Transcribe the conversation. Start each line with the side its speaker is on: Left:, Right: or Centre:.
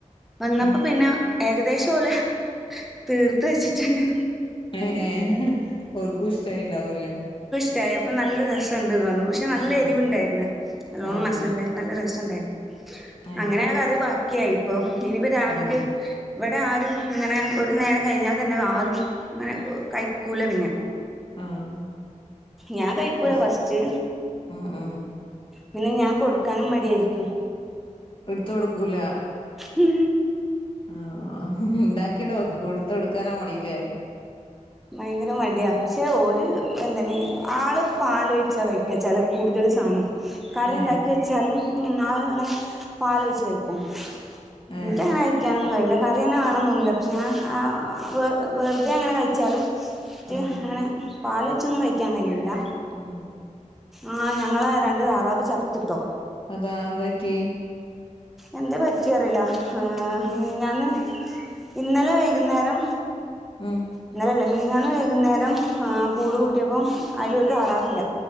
Centre: വന്നപ്പോ
Left: ഉം
Centre: പിന്നെ ഏകദേശം ഓലെ തീർത്ത് വച്ചിട്ട്ണ്ട്
Left: ഏ ഏ ഓർക്കും ഇഷ്ടായിണ്ടാവൂലേ
Centre: <unintelligible> ആയ പ്പംനല്ല രസണ്ട് പറഞ്ഞു പക്ഷെ നല്ല
Left: ഉം
Centre: എരിവ്ണ്ടായിരുന്ന് നല്ലോണം
Left: ആഹ്
Centre: മസാണ്ടാ നല്ല രസം ണ്ടായി
Left: ഏ
Centre: അങ്ങനെ ആ കറി ബാക്കിയായി ഇപ്പൊ ഇനിയിപ്പോ രാവിൽക്ക്
Left: ആഹ്
Centre: ഇവിടെ ആരും ഇങ്ങനെ ഒരു നേരം കഴിഞ്ഞാൽ തന്നെ ആരും ഇങ്ങനെ കഴിക്കൂല പിന്നെ
Left: ആഹ്
Centre: ഞാൻ കഴിക്കൂല
Left: രസ
Centre: ഫസ്റ്റ്
Left: ഉം ഉം
Centre: പിന്നെ ഞാൻ കൊടുക്കാനും മടിയായിരിക്കും
Left: എടുത്ത് കൊടുക്കൂല
Centre: മ്
Left: ആ ഉണ്ടാക്കിവടെ വെക്കും എടുത്ത് കൊടുക്കാനാ മടീലേ
Centre: ഭയങ്കര മടിയ പക്ഷെ ഓര് എന്നെ ആള് പാല് ഒഴിച്ച കഴിക്കാ ചെല കൂടുതൽ സാനം കറി
Left: ഏഹ്
Centre: ഉണ്ടാക്കി വെച്ചാലും ഉം ആള് അങ്ങനെ പാല് ഒയിച്ച് കയിക്കും എനിക്കങ്ങനെ
Left: ഏഹ്
Centre: കയ്ക്കാനൊന്നും കയൂല കറി തന്നെ വേണനൊന്നുല്ല പക്ഷെ ഞാൻ ആ വെറുതെ അങ്ങനെ കയിച്ചാലും ക്ക്
Left: ഉം
Centre: അങ്ങനെ പാൽ ഒയ്ച്ചൊന്നും കയിക്കാൻ കയ്യൂല
Left: ഉം
Centre: ആ ഞങ്ങളെ രണ്ട് താറാവ് ചത്ത്ട്ടോ
Left: അതാ എന്തപറ്റി
Centre: എന്ത പറ്റിറിയില്ല മിഞ്ഞാന്ന് ഇന്നലെ വൈകുന്നേരം
Left: ഉം
Centre: ഇന്നലല്ല മിഞ്ഞാന്ന് വൈകുന്നേരം കൂട് കൂട്ടിയപ്പം അതിലൊരു തറാവില്ല